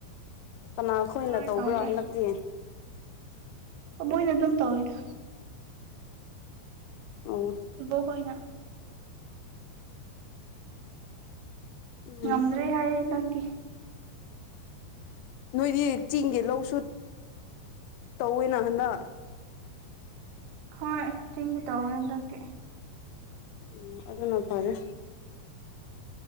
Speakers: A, on the left; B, on the right.
A: ꯀꯅꯥꯈꯣꯏꯅ
B: ꯍꯣꯏ
A: ꯇꯧꯕ꯭ꯔꯥ
B: ꯇꯧꯗ꯭ꯔꯦ
A: ꯍꯟꯗꯛꯇꯤ
B: ꯀꯅ ꯑꯗꯨꯝ ꯇꯧꯋꯤꯗ
A: ꯑꯣ
B: ꯏꯕꯣ ꯍꯣꯏꯅ
A: ꯎꯝ
B: ꯉꯝꯗ꯭ꯔꯦ ꯍꯥꯏ ꯅꯒꯤ
A: ꯅꯣꯏꯗꯤ ꯆꯦꯡꯒꯤ ꯂꯧꯁꯨ ꯇꯧꯋꯦꯅ ꯍꯟꯗꯛ
B: ꯍꯣꯏ ꯊꯤꯡꯒꯤ ꯇꯧꯋ ꯍꯟꯗꯧꯗꯤꯤ
A: ꯎꯝ ꯑꯗꯨꯅ ꯐꯔꯦ